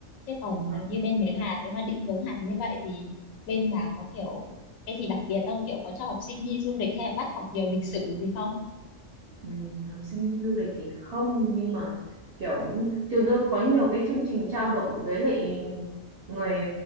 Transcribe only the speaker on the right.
Ừ.
Ừ, học sinh đi du lịch thì không nhưng mà kiểu trường tôi có nhiều cái chương trình trao đổi với lại người